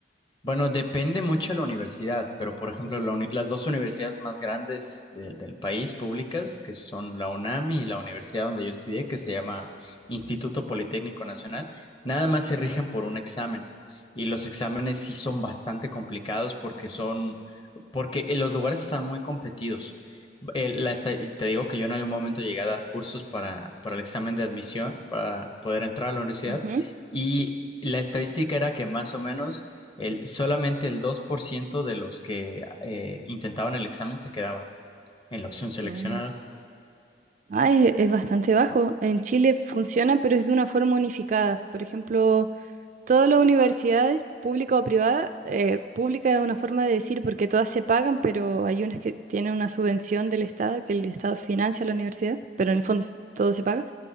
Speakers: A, on the left; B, on the right.
A: Bueno, depende mucho de la universidad, pero por ejemplo, la uni- las dos universidades más grandes del, del país públicas, que son la UNAM y la universidad donde yo estudié, que se llama Instituto Politécnico Nacional, nada más se rigen por un examen. Y los exámenes sí son bastante complicados porque son, porque eh, los lugares están muy competidos. Eh, la esta- te digo que yo en algún momento llegué a dar cursos para, para el examen de admisión, para poder entrar a la universidad,
B: Ujú.
A: y la estadística era que más o menos el, solamente el 2% de los que eh, intentaban el examen se quedaban en la opción seleccionada.
B: Mm. Ah, es, es bastante bajo. En Chile funciona, pero es de una forma unificada. Por ejemplo, todas las universidades, pública o privada, eh, pública es una forma de decir porque todas se pagan, pero hay unas que tienen una subvención del Estado, que el Estado financia la universidad, pero en el fondo s- todo se paga.